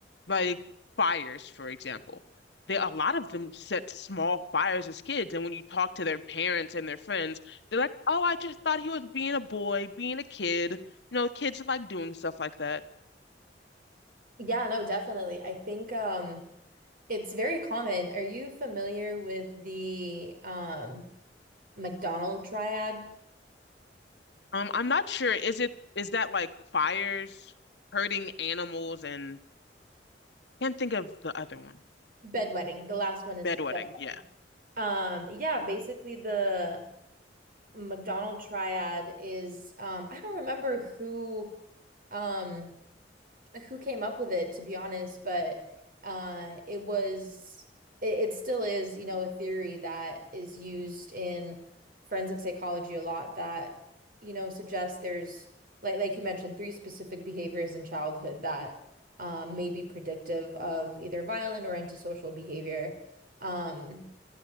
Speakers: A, on the left (about 70°); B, on the right (about 55°).
A: Like fires, for example. They a lot of them set small fires as kids, and when you talk to their parents and their friends, they're like, "Oh, I just thought he was being a boy, being a kid." You know, kids like doing stuff like that.
B: Yeah, no, definitely. I think um it's very common. Are you familiar with the um McDonald triad?
A: Um, I'm not sure. Is it is that like fires hurting animals and can't think of the other one.
B: Bedwetting. The last one is
A: Bedwetting,
B: bed.
A: yeah.
B: Um yeah, basically the McDonald triad is um I don't remember who um who came up with it, to be honest, but uh, it was, it, it still is, you know, a theory that is used in forensic psychology a lot that, you know, suggests there's, like, like you mentioned, three specific behaviors in childhood that um, may be predictive of either violent or antisocial behavior. Um,